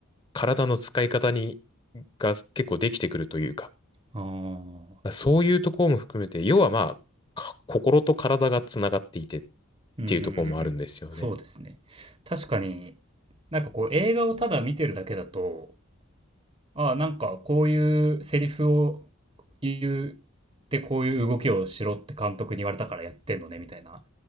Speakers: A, on the left; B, on the right.
A: 体の使い方にが結構できてくるというか、
B: うん。ああ。
A: そういうところも含めて、要はまあ、か心と体がつながっていてっ
B: うんうんうんうん。
A: ていうところもあるんですよね。
B: そうですね。確かに、なんかこう映画をただ見てるだけだと、ああ、なんかこういうセリフを言うでこういう動きをしろって監督に言われたからやってんのねみたいな